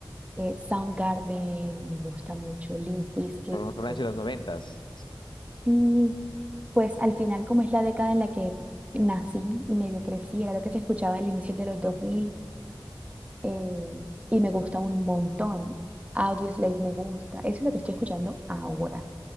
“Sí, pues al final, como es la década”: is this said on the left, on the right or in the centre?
Right